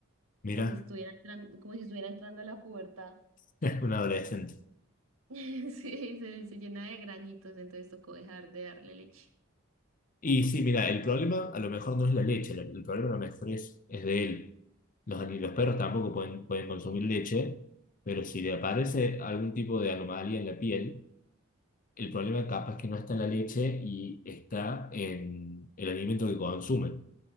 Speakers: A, on the left; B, on the right.
A: Mira,
B: como si estuviera entran- como si estuviera entrando a la pubertad.
A: <laughs> es un adolescente.
B: <laughs> Sí, se, se llena de granitos, entonces tocó dejar de darle leche.
A: Y sí, mira, el problema a lo mejor no es la leche, el, el problema a lo mejor es, es de él. Los, ani- los perros tampoco pueden, pueden consumir leche, pero si le aparece algún tipo de anomalía en la piel, el problema capaz que no está en la leche y está en el alimento que consumen.